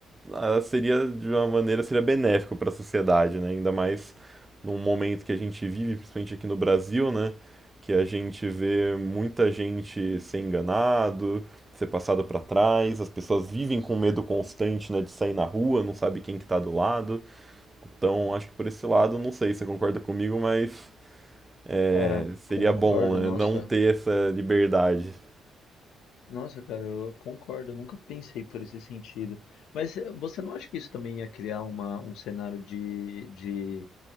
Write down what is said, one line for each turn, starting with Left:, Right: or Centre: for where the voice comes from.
Right: ah, seria de uma maneira seria benéfico para a sociedade, né? Ainda mais num momento que a gente vive, principalmente aqui no Brasil, né? Que a gente vê muita gente ser enganado, ser passado para trás, as pessoas vivem com medo constante, né, de sair na rua, não sabe quem que tá do lado. Então, acho que por esse lado, não sei se você concorda comigo, mas é,
Left: Cara,
Right: seria
Left: concordo,
Right: bom, né,
Left: nossa.
Right: não ter essa liberdade.
Left: Nossa, cara, eu concordo, eu nunca pensei por esse sentido. Mas eh, você não acha que isso também ia criar uma, um cenário de, de